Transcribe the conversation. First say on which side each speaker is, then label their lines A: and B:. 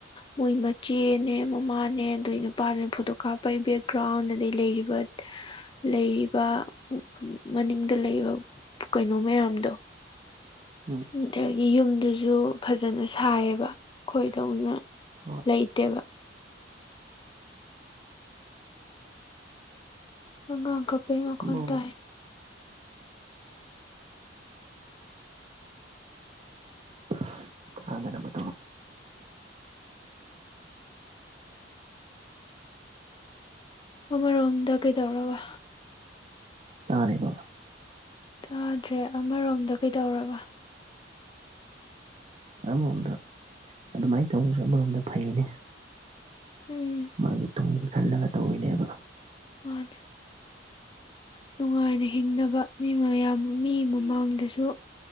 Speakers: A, on the left; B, on the right.
A: ꯃꯣꯏ ꯃꯆꯦꯅꯦ ꯃꯃꯥꯅꯦ ꯑꯗꯩ ꯅꯨꯄꯥꯗꯨꯅꯦ ꯐꯣꯇꯣ ꯀꯥꯞꯄꯩ ꯕꯦꯛꯒ꯭ꯔꯥꯎꯟ ꯑꯗꯩ ꯂꯩꯔꯤꯕ ꯂꯩ ꯄꯥ ꯃꯅꯤꯡꯗ ꯂꯩꯕ ꯀꯩꯅꯣ ꯃꯌꯥꯝꯗꯣ
B: ꯎꯝ
A: ꯑꯗꯒꯤ ꯌꯨꯝꯗꯨꯁꯨ ꯐꯖꯅ ꯁꯥꯏꯌꯦꯕ ꯈꯣꯏꯗꯧꯅ
B: ꯍꯣꯏ
A: ꯂꯩꯇꯦꯕ ꯑꯪꯉꯥꯡ ꯀꯞꯄꯩ ꯃꯈꯣꯟ
B: ꯑꯃꯔꯣꯝꯗ
A: ꯇꯥꯏ
B: <inaudible> ꯁꯥꯗꯅꯝꯕ
A: ꯑꯃꯔꯣꯝꯗ ꯀꯩꯗꯧꯔꯕ
B: ꯇꯥꯅꯤꯀ
A: ꯇꯥꯗ꯭ꯔꯦ ꯑꯃꯔꯣꯝꯗ ꯀꯩꯗꯧꯔꯕ
B: ꯑꯃꯔꯣꯝꯗ ꯑꯗꯨꯃꯥꯏꯅ ꯇꯧꯕꯁꯨ ꯑꯃꯔꯣꯝꯗ ꯐꯩꯅꯦ
A: ꯎꯝ
B: ꯃꯥꯒꯤ ꯇꯨꯡꯁꯤ ꯈꯜꯂꯒ ꯇꯧꯔꯤꯅꯦꯕ
A: ꯃꯥꯅꯦ ꯅꯨꯡꯉꯥꯏꯅ ꯍꯤꯡꯅꯕ ꯃꯤ ꯃꯌꯥꯝ ꯃꯤ ꯃꯃꯥꯡꯗꯁꯨ